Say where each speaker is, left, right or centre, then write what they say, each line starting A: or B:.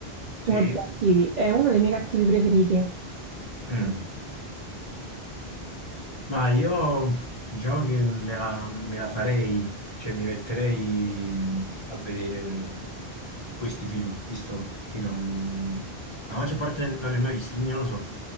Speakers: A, on the left; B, on the right.
A: sì,
B: uno dei cattivi, è uno dei miei cattivi preferiti.
A: mm. Ma io diciamo che me la, me la farei, cioè mi metterei mh, a vedere mm, questi film, visto che non, la maggior parte non li ho mai visti, quindi non lo so.